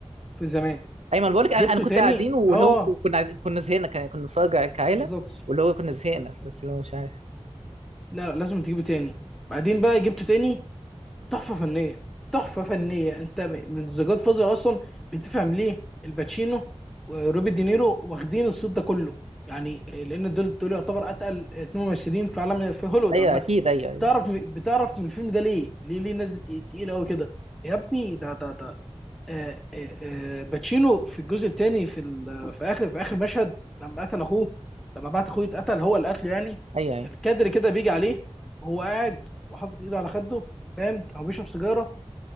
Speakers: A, in the centre; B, on the right.
A: في زمان
B: ايمن بقول لك انا
A: جبته
B: انا كنت
A: تاني
B: قاعدين واللي
A: اه
B: هو كنا عايزين كنا زهقنا كان- كنا بنتفرج كعيله
A: بالظبط
B: واللي هو كنا زهقنا بس اللي هو مش عارف
A: لا لا لازم تجيبه تاني بعدين بقى جبته تاني تحفة فنية تحفة فنية انت م- الزجاج فازر اصلا بتفهم ليه الباتشينو وروبي دينيرو واخدين الصوت ده كله يعني لان دول دول يعتبر اتقل اتنين ممثلين في عالم في هوليوود
B: ايوه
A: عامة
B: اكيد ايوه ايوه
A: تعرف بتعرف من الفيلم ده ليه ليه ليه الناس دي تقيلة قوي كده يا ابني ده ده ده آه، آه، آه، باتشينو في الجزء الثاني في ال- في اخر في اخر مشهد لما قتل اخوه لما بعت اخوه يتقتل هو اللي قتله يعني
B: ايوه ايوه
A: الكادر كده بيجي عليه هو قاعد وحاطط ايده على خده فاهم او بيشرب سيجاره